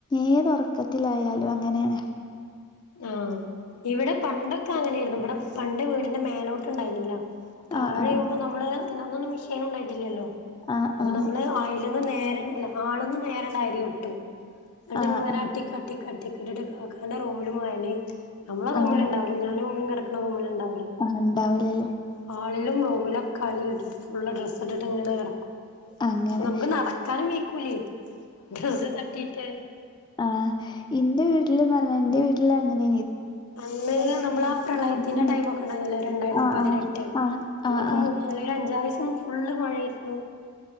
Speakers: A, on the left (about 20°); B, on the left (about 85°).
A: ഏത് ഉറക്കത്തിലായാലും അങ്ങനെണ്
B: ആഹ ഇവിടെ പണ്ടൊക്കെ അങ്ങനെയായിരുന്നു ഇവിടെ പണ്ട് വീടിന്റെ മേലോട്ട് ഉണ്ടായിന്നില്ല താഴെയുമ്പോ
A: ആ ആ
B: നമ്മള് അന്നൊന്നും മിഷീനും ണ്ടായിട്ടില്ലല്ലോ
A: ആ
B: അപ്പൊ
A: ആ
B: നമ്മള് ആ <unintelligible> നേരെ അല്ല ഹാളിന്ന് നേരെങ്ങട്ട് അയല് കെട്ടും ന്നട്ട്
A: ആ
B: ഇങ്ങനെ
A: അൻ
B: അട്ടിക്കട്ടി അട്ടിക്കട്ടിക്ക് ഇട്ടിട്ട് കാക്കാൻ്റെ റൂമിലും അയല് നമ്മല്
A: ആഹ
B: അളിഞ്ഞാനും ഉമ്മി കെടക്കണ റൂമിലുണ്ടാവുല
A: ആഹ ണ്ടാവൂലലെ
B: ഹാളിലും റൂമിലൊക്കെ അയല് കെട്ടിട്ട് ഫുള്ള് ഡ്രസ്സ് ഇട്ടിട്ട് ഇങ്ങനെ കറക്കും
A: അങ്ങനെ.
B: നമ്ക്ക് നടക്കാനും വീയ്ക്കൂലേ ഡ്രസ്സ് തട്ടീട്ട്
A: ആഹ് ഇന്റെ വീട്ടില്ന്നർഞ്ഞാ ഇന്റെ വീട്ടില് അങ്ങെനേ
B: അന്ന് നമ്മളാ പ്രളയത്തിന്റെ
A: ഉം
B: ടൈമാെക്കെ ണ്ടായ്ര്ന്നില്ലേ രണ്ടായ്രത്തി
A: ആ
B: പതിനെട്ട്
A: ആ ആ
B: അന്നൊക്കെ
A: ആ ആ
B: മു ന്നല്ല ഒരഞ്ചാറീസം ഫുള്ള് മഴേയ്ര്ന്നു